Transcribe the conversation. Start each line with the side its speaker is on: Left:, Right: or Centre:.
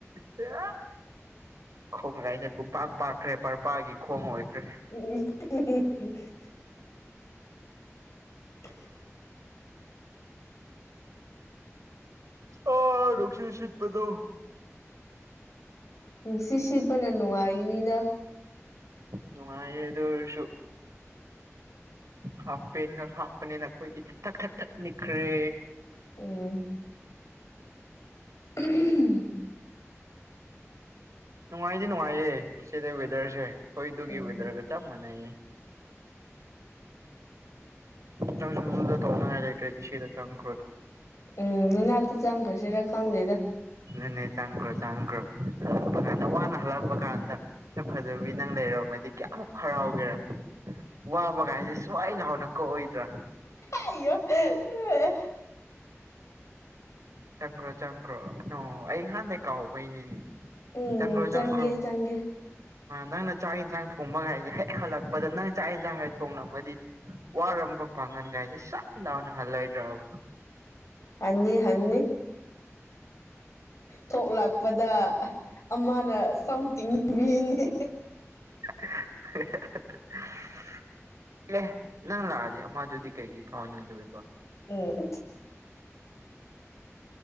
Right: ꯀ ꯈꯣꯡꯒꯥꯏꯁꯦ ꯄꯨꯡꯄꯥꯛ ꯄꯥꯛꯈ꯭ꯔꯦ ꯄꯔꯄꯥꯒꯤ ꯈꯣꯡ ꯑꯣꯏꯈ꯭ꯔꯦ
Left: ꯎ <unintelligible> <inaudible>
Right: ꯑ ꯔꯁꯤ ꯁꯤꯠꯄꯗꯣ
Left: ꯅꯨꯡꯁꯤꯠ ꯁꯤꯠꯄꯅ ꯅꯨꯡꯉꯥꯏꯔꯤꯅꯤꯅ
Right: ꯅꯨꯡꯉꯥꯏꯗ ꯑꯣꯏꯁꯨ ꯍꯥꯞ ꯄꯦꯟꯒ ꯍꯥꯞꯄꯅꯤ ꯅꯈꯣꯏꯗꯤ ꯊꯛ ꯊꯛ ꯊꯛ ꯊꯛ ꯅꯤꯛꯈ꯭ꯔꯦ
Left: ꯎꯝ ꯎꯝ <inaudible>
Right: ꯅꯨꯡꯉꯥꯏꯗꯤ ꯅꯨꯡꯉꯥꯏꯌꯦ ꯁꯤꯗ ꯋꯦꯗꯔꯁꯦ ꯑꯩꯈꯣꯏꯗꯨꯒꯤ
Left: ꯎꯝ
Right: ꯋꯦꯗꯔꯒ ꯆꯞ ꯃꯥꯟꯅꯩꯌꯦ ꯅꯪꯁꯨ ꯑꯗꯨꯗ ꯇꯧꯅꯉꯥꯏ ꯂꯩꯇ꯭ꯔꯗꯤ ꯁꯤꯗ ꯆꯪꯈ꯭ꯔꯣꯅ
Left: ꯎꯝ ꯅꯅꯥꯛꯇ ꯆꯪꯈ꯭ꯔꯁꯤꯔ ꯈꯪꯗꯦꯗ
Right: ꯑꯗꯨꯅꯦ ꯆꯪꯈ꯭ꯔꯣ ꯆꯪꯈ꯭ꯔꯣ ꯍꯜꯂꯛꯄ ꯀꯥꯟꯗ ꯋꯥꯅ ꯍꯜꯂꯛꯄ ꯀꯥꯟꯗ ꯁꯛ ꯐꯖꯕꯤ ꯅꯪ ꯂꯩꯔꯝꯃꯗꯤ ꯀꯌꯥꯃꯨꯛ ꯍꯔꯥꯎꯒꯦꯔꯥ ꯋꯥꯕ ꯀꯥꯏꯁꯦ ꯁꯨꯋꯥꯏ ꯂꯥꯎꯅ ꯀꯣꯛꯑꯣꯏꯗ꯭ꯔꯥ
Left: ꯑꯏꯌꯣ <inaudible>
Right: ꯆꯪꯈ꯭ꯔꯣ ꯆꯪꯈ꯭ꯔꯣ ꯅ ꯑꯩ ꯉꯍꯥꯟꯗꯒꯤ ꯀꯥꯎꯕꯩꯅꯤꯅꯦ
Left: ꯎꯝ
Right: ꯆꯪꯒ꯭ꯔꯣ
Left: ꯆꯪꯒꯦ
Right: ꯆꯪꯒ꯭ꯔꯣ
Left: ꯆꯪꯒꯦ
Right: ꯅꯪꯅ ꯆꯥꯛ ꯌꯦꯟꯁꯥꯡ ꯊꯣꯡꯕꯒꯥꯏꯁꯦ ꯍꯦꯛ ꯍꯜꯂꯛꯄꯗ ꯅꯪ ꯆꯥꯛ ꯌꯦꯟꯁꯥꯡꯒꯥꯏ ꯊꯣꯡꯂꯝꯃꯗꯤ ꯋꯥꯔꯝꯕ ꯄꯥꯡꯒꯟꯒꯥꯏꯁꯦ ꯁꯠ ꯂꯥꯎꯅ ꯍꯜꯂꯣꯏꯗ꯭ꯔꯕ
Left: ꯍꯥꯟꯅꯤ ꯍꯥꯟꯅꯤ ꯊꯣꯛꯂꯛꯄꯗ ꯑꯃꯅ ꯆꯪ ꯇꯤꯡꯕꯤꯅꯤ
Right: <inaudible> ꯑꯦ ꯅꯪ ꯂꯥꯛꯑꯗꯤ ꯃꯥꯗꯨꯗꯤ ꯀꯩꯒꯤ ꯐꯥꯎꯅꯗꯣꯔꯤꯕ
Left: ꯎꯝ <inaudible>